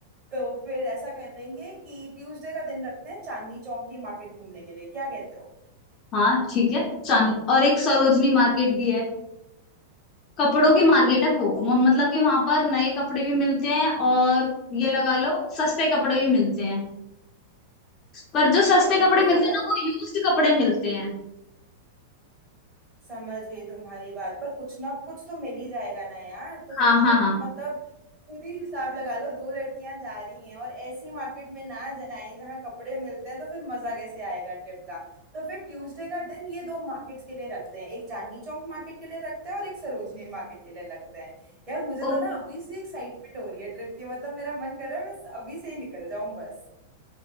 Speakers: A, on the right (about 30°); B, on the left (about 30°).
A: तो फिर ऐसा करेंगे कि ट्यूसडे का दिन रखते हैं चांदनी चौक की मार्केट घूमने के लिए क्या कहते हो
B: हाँ ठीक है चांद और एक सरोजनी मार्केट भी है कपड़ों की मार्केट है वो
A: तो
B: वो मतलब कि वहां पर नए कपड़े भी मिलते हैं और ये लगा लो सस्ते कपड़े भी मिलते हैं पर जो सस्ते
A: फिर
B: कपड़े मिलते
A: तो यार
B: हैं ना वो यूज्ड कपड़े मिलते हैं
A: समझ गई तुम्हारी बात पर कुछ ना कुछ तो मिल ही जाएगा ना यार तो
B: हाँ
A: फिर
B: हाँ
A: तुम
B: हाँ
A: मतलब खुद ही हिसाब लगा लो दो लड़कियां जा रही हैं और ऐसी मार्केट में ना जाएं जहां कपड़े मिलते हैं तो फिर मजा कैसे आएगा ट्रिप का तो फिर ट्यूसडे का दिन ये दो मार्केट्स के लिए रखते हैं एक चांदनी चौक मार्केट के लिए रखते हैं और एक सरोजनी मार्केट के लिए रखते हैं यार मुझे
B: हाँ
A: तो ना अभी से एक्साइटमेंट हो रही है ट्रिप की मतलब मेरा मन कर रहा है मैं अभी से ही निकल जाऊं बस